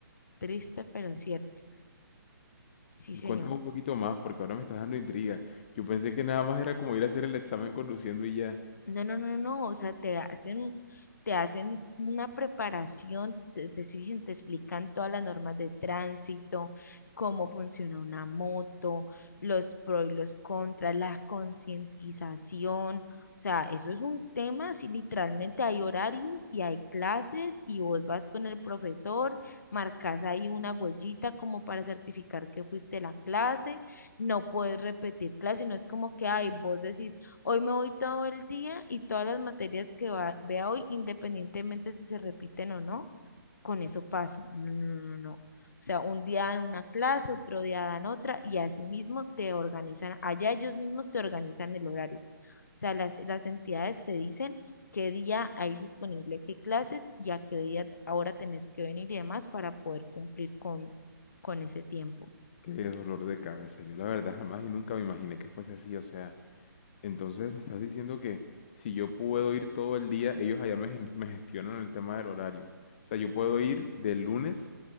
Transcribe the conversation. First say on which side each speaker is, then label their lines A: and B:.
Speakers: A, on the left; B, on the left.
A: triste, pero cierto. Sí, señor.
B: Cuéntame un poquito más, porque ahora me estás dando intriga. Yo pensé que nada más era como ir a hacer el examen conduciendo y ya.
A: No, no, no, no, o sea, te hacen, te hacen una preparación, te, te, exigen- te explican todas las normas de tránsito, cómo funciona una moto, los pros y los contras, la concientización, o sea, eso es un tema, si literalmente hay horarios y hay clases y vos vas con el profesor, marcas ahí una huellita como para certificar que fuiste a la clase, no puedes repetir clase, no es como que, ay, vos decís Hoy me voy todo el día y todas las materias que va- vea hoy, independientemente si se repiten o no, con eso paso. No, no, no, no. no. O sea, un día dan una clase, otro día dan otra y así mismo te organizan, allá ellos mismos te organizan el horario. O sea, las, las entidades te dicen qué día hay disponible qué clases y a qué día ahora tenés que venir y demás para poder cumplir con, con ese tiempo.
B: Qué dolor de cabeza. Yo la verdad jamás y nunca me imaginé que fuese así. O sea, entonces me estás diciendo que si yo puedo ir todo el día, ellos allá me, gen- me gestionan el tema del horario. O sea, yo puedo ir de lunes